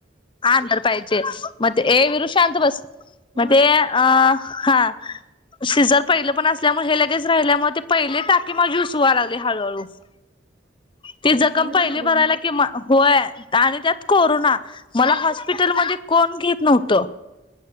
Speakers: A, on the left; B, on the right.
A: आंदर पाहिजे म ते हे विरुशांत बस
B: होय
A: म ते अ हा शिजर पहिलं पण असल्यामुळे हे लगेच राहिल्यामुळे ते पहिले टाकी माझी उस लागले हळूहळू ती जखम
B: अरे
A: पहिली
B: बापरे
A: भरायला कि होय आणि त्यात कोरोना मला हा पिटल म कोण घेत नव्हत